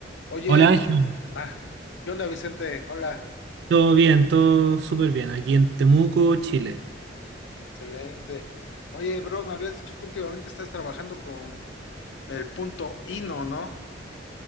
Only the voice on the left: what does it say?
Oye,
Vicente.
Ah, ¿qué onda, Vicente? Hola,
excelente. Oye, bro, me habías dicho que últimamente estás trabajando con el punto INO, ¿no?